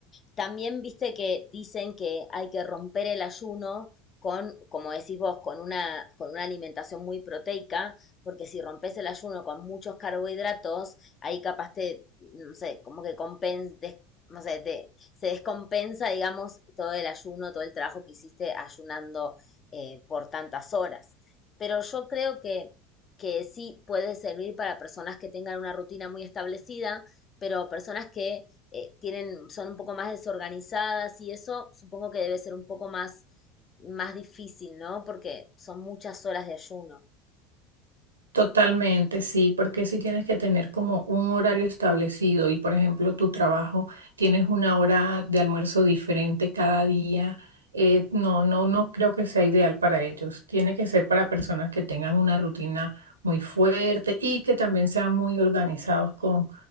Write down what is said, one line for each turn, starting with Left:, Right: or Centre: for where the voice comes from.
Left: también viste que dicen que hay que romper el ayuno con, como decís vos, con una, con una alimentación muy proteica, porque si rompes el ayuno con muchos carbohidratos, ahí capaz te, no sé, como que compens, des- no sé, te- se descompensa, digamos, todo el ayuno, todo el trabajo que hiciste ayunando eh, por tantas horas. Pero yo creo que que sí puede servir para personas que tengan una rutina muy establecida, pero personas que eh, tienen, son un poco más desorganizadas y eso supongo que debe ser un poco más, más difícil, ¿no? Porque son muchas horas de ayuno.
Right: Totalmente, sí, porque si tienes que tener como un horario establecido y, por ejemplo, tu trabajo tienes una hora de almuerzo diferente cada día, eh, no, no, no creo que sea ideal para ellos. Tiene que ser para personas que tengan una rutina muy fuerte y que también sean muy organizados con